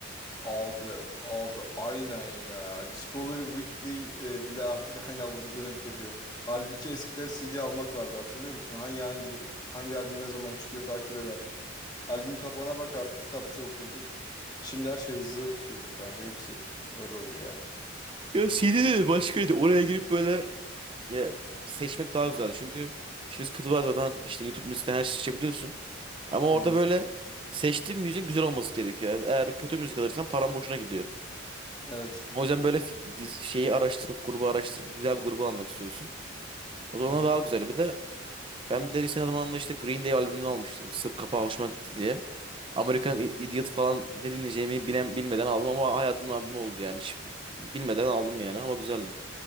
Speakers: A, on the left; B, on the right.
A: abi abi aynen ya. Discovery Weekly e, bile artık <laughs> aynı havuza dönüp duruyor. Halbuki eskiden CD almak vardı hatırlıyor musun? Hangi hangi hangi albüm ne zaman çıkıyor takip ederdik. Albüm kapağına bakardık, kitapçı okurduk. Şimdi her şey hızlı tüketim kanka. Hepsi böyle oldu ya.
B: Ya CD de başkaydı. Oraya girip böyle ya, seçmek daha güzeldi. Çünkü şimdi Spotify'dan işte YouTube müzikten her şeyi seçebiliyorsun. Ama
A: Hı
B: orada
A: hı.
B: böyle seçtiğin müziğin güzel olması gerekiyor. Yani Eğer kötü müzik alırsan paran boşuna gidiyor.
A: Evet.
B: O yüzden böyle f- diz- şeyi araştırıp grubu araştırıp güzel bir grubu almak istiyorsun. O zaman
A: Hı hı,
B: daha güzel. Bir de Ben bir de lise zamanında işte Green Day albümünü almıştım. Sırf kapağı hoşuma gitti diye. American
A: hı hı.
B: I- Idiot falan ne dinleyeceğimi bilen, bilmeden aldım ama hayatımın albümü oldu yani. Hiç bilmeden aldım yani ama güzeldi.